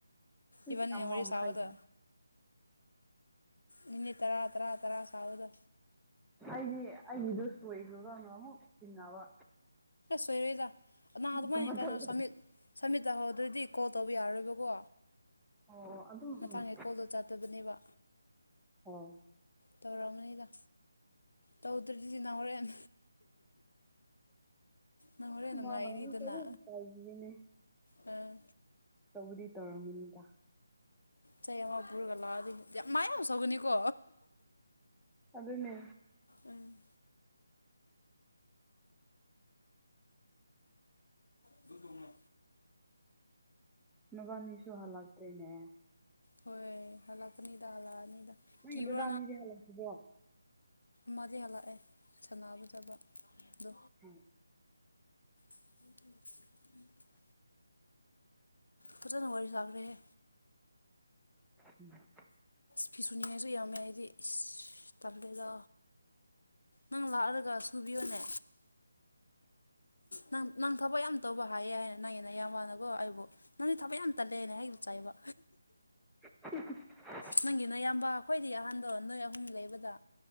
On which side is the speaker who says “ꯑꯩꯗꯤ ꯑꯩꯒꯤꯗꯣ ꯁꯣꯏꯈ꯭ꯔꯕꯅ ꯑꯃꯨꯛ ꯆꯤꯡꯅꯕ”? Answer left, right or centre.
Centre